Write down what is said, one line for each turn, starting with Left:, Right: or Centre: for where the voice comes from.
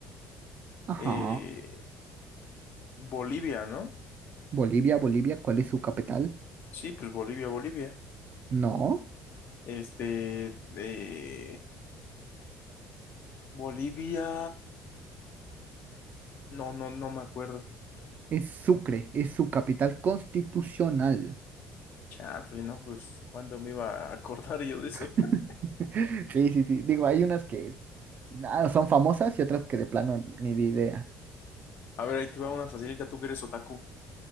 Right: Ajá.
Left: eh, Bolivia, ¿no?
Right: Bolivia, Bolivia, ¿cuál es su capital?
Left: Sí, pues Bolivia, Bolivia.
Right: No.
Left: Este, eh, Bolivia. No, no, no me acuerdo.
Right: Es Sucre, es su capital constitucional.
Left: Chanfle, ¿no? Pues, ¿cuándo me iba a acordar yo de eso?
Right: <laughs>
Left: <laughs>
Right: Sí, sí, sí. Digo, hay unas que ah, son famosas y otras que de plano ni de idea.
Left: A ver, ahí te va una facilita, tú que eres otaku.